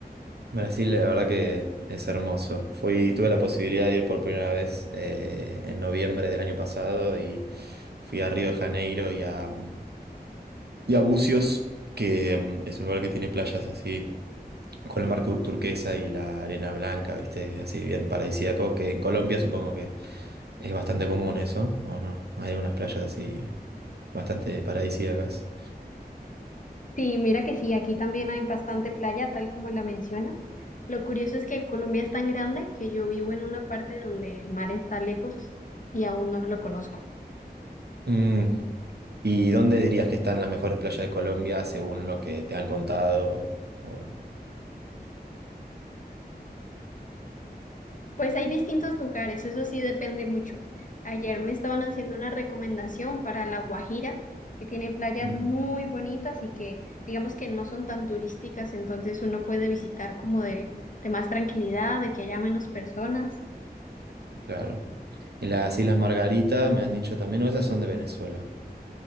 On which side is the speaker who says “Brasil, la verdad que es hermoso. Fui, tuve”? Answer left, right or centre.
Right